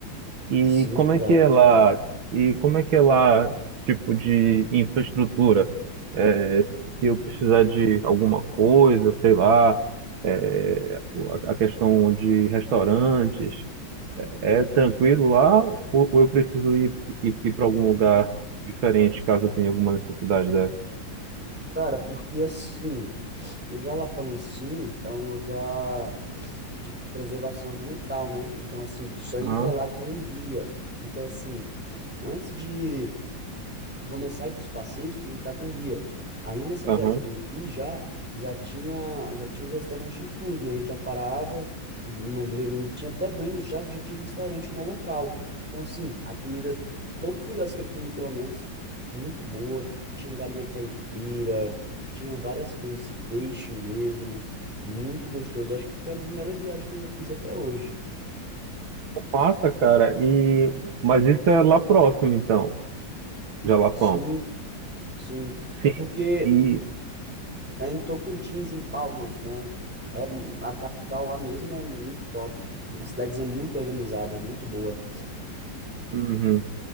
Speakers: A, on the right; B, in the centre.
A: E
B: sim,
A: como
B: cara.
A: é que é lá? E como é que é lá, tipo de infraestrutura? É, se eu precisar de alguma coisa, sei lá, é, a a questão de restaurantes. É tranquilo lá ou, ou eu preciso ir, ir, ir para algum lugar diferente caso eu tenha alguma necessidade dessa?
B: Cara, porque assim, o Jalapão em si é um lugar de preservação ambiental, né? Então, assim, tu só entra
A: Aham,
B: lá com um guia. Então, assim, antes de tu começar a ir para os passeios, tu tem que estar com guia. Aí nessa
A: aham.
B: viagem que eu fiz já, já tinha, já tinha os restaurantes inclusos, né? A gente já parava, no, me- tinha até banhos já que já tinha restaurante no local. Então assim, a comida, todos os lugares que eu comi pelo menos, muito boa. Tinha galinha caipira, tinha várias coisas, peixe mesmo, muito gostoso. Acho que foi uma das melhores viagens que eu já fiz até hoje.
A: Massa, cara. E mas isso é lá próximo então, Jalapão.
B: Sim, sim.
A: Sim.
B: É porque
A: E
B: É em Tocantins, em Palmas, né? É, a capital lá mesmo é muito top. Uma cidadezinha muito organizada, muito boa.
A: uhum,